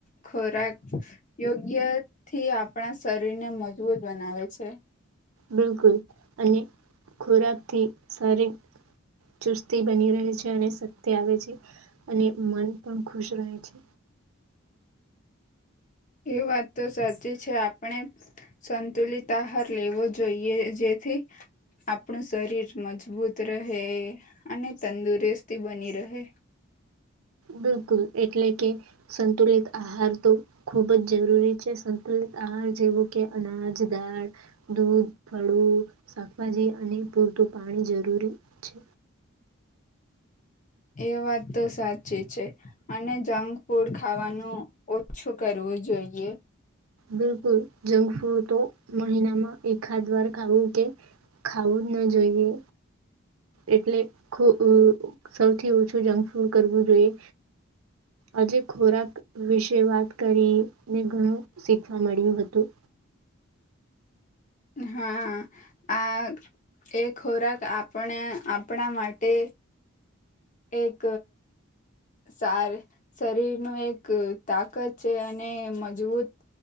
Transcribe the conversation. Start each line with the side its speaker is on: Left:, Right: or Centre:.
Left: ખોરાક યોગ્ય થી આપણા શરીરને મજબૂત બનાવે છે.
Right: બિલકુલ, અને ખોરાક થી સારી ચુસ્તી બની રહે છે શક્તિ આવે છે. અને મન પણ ખુશ રહી છે.
Left: એ વાત તો સાચી છે આપણે સંતુલિત આહાર લેવો જોઈએ જેથી, આપણું શરીર મજબૂત રહે અને તંદુરસ્તી બની રહે.
Right: બિલકુલ. એટલે કે સંતુલિત આહાર તો ખૂબ જ જરૂરી છે સંતુલિત આહાર જેવો કે અનાજ દાળ દૂધ. કળું, શાકભાજી અને પૂરતું પાણી જરૂરી છે.
Left: એ વાત તો સાચી છે, અને જંક ફૂડ ખાવાનું ઓછું કરવું જોઈએ.
Right: બિલકુલ. જંક ફૂડ તો મહિનામાં એકાદ વાર ખાવું કે ખાવું જ ન જોઈએ. એટલે ખૂ ઉ સૌથી ઓછું જંક ફૂડ કરવું જોઈએ આજે ખોરાક વિશે વાત કરીને ઘણું શીખવા મળ્યું હતું.
Left: હા આ એ ખોરાક આપણે આપણા માટે એક સાર શરીર નું એક તાકત છે અને મજબૂત